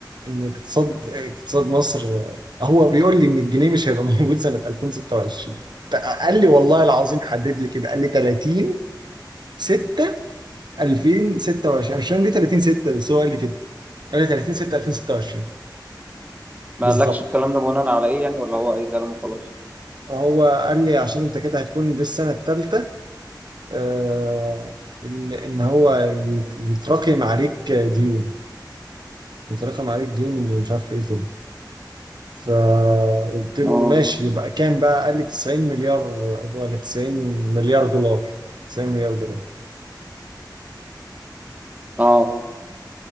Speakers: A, on the right; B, on the right.
A: ان اقتصاد اقتصاد مصر هو بيقول لي ان الجنيه مش هيبقى موجود سنة 2026 قال لي والله العظيم حدد لي كده قال لي 30 6 2026 مش فاهم ليه 30 6 بس هو قال لي كده قال لي 30 6 2026
B: ما
A: بالظبط
B: قالكش الكلام ده بناء على ايه يعني ولا هو اي كلام وخلاص
A: هو قال لي عشان انت كده هتكون دي السنة الثالثة آه ان إن هو يتراكم عليك ديون يتراكم عليك ديون مش عارف ايه كده فقلت له
B: اه
A: ماشي يبقى كام بقى قال لي 90 مليار ولا 90 مليار دولار 90 مليار دولار
B: اه